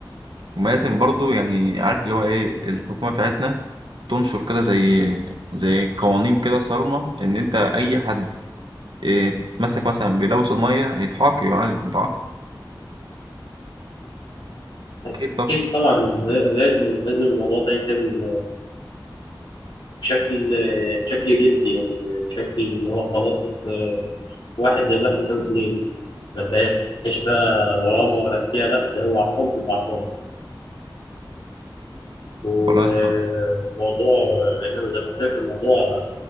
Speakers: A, on the right (about 70°); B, on the left (about 80°).
A: وما لازم برضه يعني عارف اللي هو إيه الحكومة بتاعتنا تنشر كده زي زي قوانين كده صارمة إن أنت أي حد يتمسك مثلا بيلوث المية يتعاقب يعالج يتعاقب
B: اكيد
A: أكيد طب
B: طبعا لازم لازم الموضوع ده يتم بشكل بشكل جدي يعني بشكل ان هو خلاص آه، واحد زائد واحد يساوي اتنين ما فيهاش بقى غرامة ولا فيها لا ده هو عقاب بيبقى عقاب وموضوع
A: والله يا اسطى
B: لأن زي ما قلت لك الموضوع